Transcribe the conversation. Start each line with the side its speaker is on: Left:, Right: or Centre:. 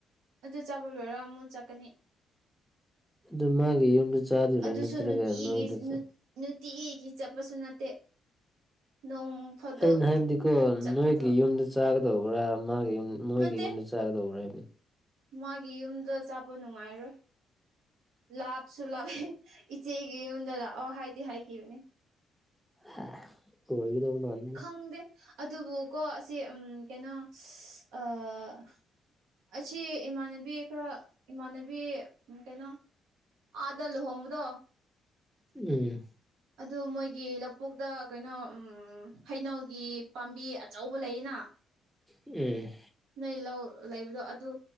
Right: ꯑꯗꯨ ꯆꯥꯕ ꯂꯣꯏꯔ ꯑꯃꯨꯨ ꯆꯠꯀꯥꯅꯤ
Centre: ꯑꯗꯨ ꯃꯥꯒꯤ ꯌꯨꯝꯗ ꯆꯥꯗꯣꯏꯔꯥ
Right: ꯑꯗꯨꯁꯨ
Centre: ꯅꯠꯇ꯭ꯔꯒ
Right: ꯅꯨꯡꯇꯤꯒꯤ
Centre: ꯅꯣꯏꯗ ꯆꯥ
Right: ꯅꯨꯡꯇꯤꯒꯤ ꯒꯤ ꯆꯠꯄꯁꯨ ꯅꯠꯇꯦ ꯅꯣꯡ ꯐꯥꯗꯣꯛ
Centre: ꯑꯩꯅ ꯍꯥꯏꯕꯗꯤꯀꯣ
Right: ꯆꯠꯄꯗꯣ
Centre: ꯅꯣꯏꯒꯤ ꯌꯨꯝꯗ ꯆꯥꯒꯗꯧꯕ꯭ꯔꯥ ꯃꯥꯒꯤ ꯌꯨꯝ ꯃꯣꯏꯒꯤ
Right: ꯅꯠꯇꯦ
Centre: ꯌꯨꯝꯗ ꯆꯥꯒꯗꯧꯕ꯭ꯔꯥ ꯍꯥꯏꯕꯅꯤ
Right: ꯃꯥꯒꯤ ꯌꯨꯝꯗ ꯆꯥꯕ ꯅꯨꯡꯉꯥꯏꯔꯣꯏ ꯂꯥꯞ ꯁꯨꯂꯥꯎꯋꯦ ꯏꯆꯦꯒꯤ ꯌꯨꯝꯗ ꯂꯥꯛꯑꯣ ꯍꯥꯏꯗꯤ ꯍꯥꯏꯈꯤꯕꯅꯦ
Centre: ꯍꯥ <unintelligible> ꯑꯣꯏꯒꯗꯧ ꯃꯥꯟ
Right: ꯈꯪꯗꯦ ꯑꯗꯨꯕꯨꯀꯣ ꯑꯁꯤ ꯎꯝ ꯀꯩꯅꯣ ꯑꯥ ꯑꯁꯤ ꯏꯃꯥꯟꯅꯕꯤ ꯈꯔ ꯏꯃꯥꯟꯅꯕꯤ ꯀꯩꯅꯣ ꯑꯥꯗ ꯂꯨꯍꯣꯡꯕꯗꯣ
Centre: ꯎꯝ
Right: ꯑꯗꯨ ꯃꯣꯏꯒꯤ ꯂꯧꯕꯨꯛꯇꯥ ꯀꯩꯅꯣ ꯎꯝ ꯍꯩꯅꯧꯒꯤ ꯄꯥꯝꯕꯤ ꯑꯆꯧꯕ ꯂꯩꯌꯦꯅ
Centre: ꯎꯝ
Right: ꯅꯣꯏ ꯂꯧ ꯂꯩꯕꯗꯣ ꯑꯗꯨ